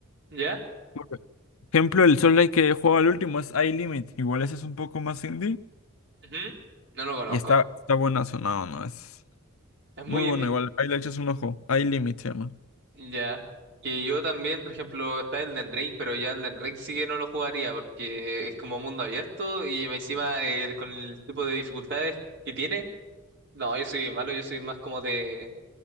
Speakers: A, on the right (about 55°); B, on the left (about 75°).
A: ¿ya?
B: Por ejemplo, el Souls-like que juego al último es iLimit. Igual ese es un poco más indie.
A: Ujú. No lo conozco.
B: Y está, está buena sonado, ¿no? Es
A: Es muy
B: muy bueno
A: indie.
B: igual. Ahí le echas un ojo. Ahí Limit se llama.
A: Ya. Que yo también, por ejemplo, está Elden Ring, pero ya Elden Ring sí que no lo jugaría porque es como mundo abierto y encima eh, con el tipo de dificultades que tiene. No, yo soy malo, yo soy más como de...